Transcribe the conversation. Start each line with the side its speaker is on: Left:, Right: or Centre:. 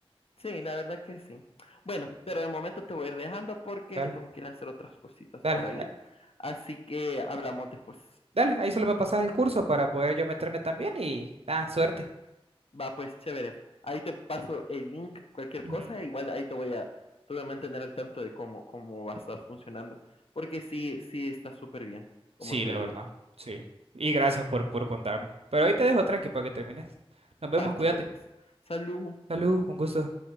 Left: Sí, la verdad que sí. Bueno, pero de momento te voy a ir dejando porque
Right: Dale,
Left: tengo que ir a hacer otras cositas
Right: dale,
Left: por ahí,
Right: ah,
Left: así que hablamos después.
Right: dale, ahí solo me pasas el curso para poder yo meterme también y nada, suerte.
Left: Va, pues chévere. Ahí te paso el link, cualquier cosa,
Right: Ujú.
Left: igual ahí te voy a, te voy a mantener al tanto de cómo, cómo va a estar funcionando, porque sí, sí está súper bien, como
Right: Sí,
Left: te
Right: la
Left: digo.
Right: verdad, sí. Y gracias por, por contarme. Pero ahí te dejo tranqui para que termines. Nos
Left: Va,
Right: vemos, cuídate.
Left: chicos, pues. Salud.
Right: Salud, un gusto.